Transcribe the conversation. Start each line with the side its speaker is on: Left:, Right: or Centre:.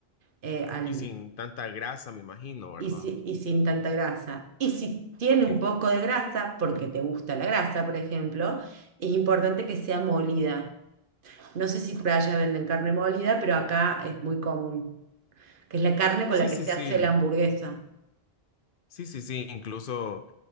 Right: eh, al-
Left: Y sin tanta grasa, me imagino, ¿verdad?
Right: y, si- y sin tanta grasa. Y si tiene
Left: Ok.
Right: un poco de grasa, porque te gusta la grasa, por ejemplo, es importante que sea molida. No sé si por allá venden carne molida, pero acá es muy común, que es la carne con
Left: Sí,
Right: la que
Left: sí,
Right: se
Left: sí.
Right: hace la hamburguesa.
Left: Sí, sí, sí. Incluso